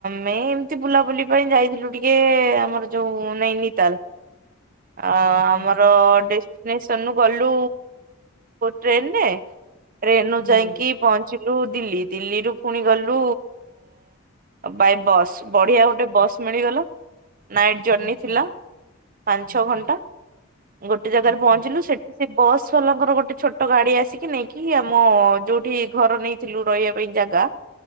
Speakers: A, on the right; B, on the left.
A: ମେ ଏମତି ବୁଲାବୁଲି ପାଇଁ ଯାଇଥିଲୁ ଟିକେ ଆମର ଯୋଉ ନୈନିତାଲ। ଅ ଆମର
B: ଆଚ୍ଛା
A: ଡେଷ୍ଟିନେସନ୍ ନୁ ଗଲୁ ଲୁ ଟ୍ରେନରେ ଟ୍ରେନରୁ
B: ହୁଁ
A: ଯାଇକି ପହଞ୍ଚିଲୁ ଦିଲ୍ଲୀ ଦିଲ୍ଲୀରୁୁ ଫୁଣି ଗଲୁ ବାଇ ବସ୍ ବଢିଆ ଗୋଟେ ବସ୍ ମିଳିଗଲ ନାଇ ଜର୍ଣି
B: ଆଚ୍ଛା
A: ଥିଲା ପାଞ୍ଚ
B: ଆଚ୍ଛା
A: ଛ ଘଣ୍ଟା ଗୋଟେ ଜାଗାରେ
B: ଆଚ୍ଛା
A: ପହଞ୍ଚିଲୁ ସେଠ ସେ ବସ୍ ବାଲାଙ୍କର ଗୋଟେ ଛୋଟ ଗାଡି ଆସିକି ନେଇକି ଆମ ଯୋଉଠି ଘର ନେଇ ଲୁ ରଇବା ପାଇଁ ଜାଗା।